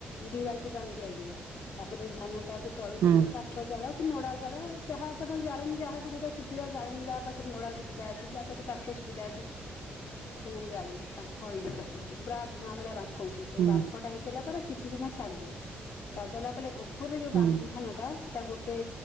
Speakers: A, on the left; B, on the right.
A: ଦି ବାଲଟି ପାଣି ଦିଆଯିବ ତାପରେ ଧାନ ଟାକୁ ତଳୁ
B: ହୁଁ
A: ତମର କା ଠ ଜାଳ କି ନଡା ଜାଳ ଯାହା ତମର ଜାଳେଣି ଯାହାକୁ ଯୋଉଟା ସୁବିଧା ଜାଳେଣି ଯାହା ପାଖରେ ନଡା ସୁବିଧା ଅଛି ଯା ପାଖରେ କାଠ ସୁବିଧା ଅଛି ସେମାନେ ଜାଳିବେ ବାମ୍ଫ ହେଇଯିବ ପୁରା ଧୂଆଁ ଭଳିଆ ବାମ୍ଫ ଉଠିବେ ସେ
B: ହୁଁ
A: ବାମ୍ଫ ଟା ହେଇସାରିଲା କିଛି ସମୟ ଛାଡିଦେବେ ଛାଡିଦେଲା ପଲେ ଉପରେ ଯୋଉ
B: ହୁଁ
A: ବାମ୍ ଧାନ ଟା ସେଟା ଗୋ ଟେ